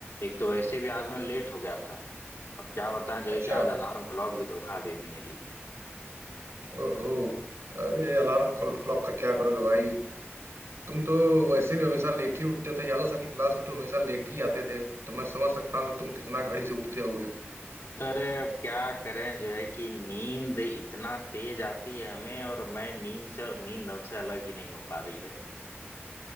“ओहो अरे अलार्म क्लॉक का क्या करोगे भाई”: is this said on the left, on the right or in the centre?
Right